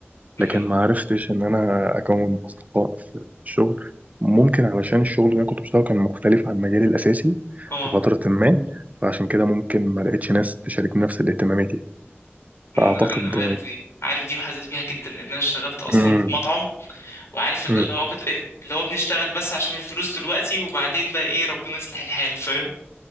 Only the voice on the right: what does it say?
لكن ما عرفتش ان انا اكون اصدقاء في الشغل ممكن علشان الشغل اللي انا كنت بشتغله كان مختلف عن مجالي الاساسي
في فتره ما فعشان كده ممكن ما لقيتش ناس تشارك نفس الاهتماماتي
فاعتقد
مم.
مم.